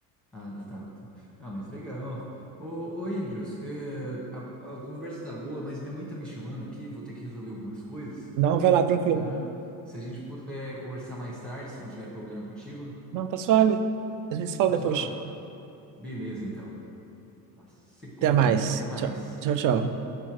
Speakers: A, in the centre; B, on the right.
A: Ah, da Tabata. ah mas legal. Ô, ô Andrews, eh, a, a conversa tá boa, mas minha mãe tá me chamando aqui, vou ter que resolver algumas coisas,
B: Não, vai lá, tranquilo.
A: tá? Se a gente puder conversar mais tarde, se não tiver problema contigo.
B: Não, tá suave. A gente se fala
A: Tá
B: depois.
A: suave? Beleza, então. Se cuida
B: Até mais.
A: aí. Até mais.
B: Tchau, tchau, tchau.
A: Tchau, tchau.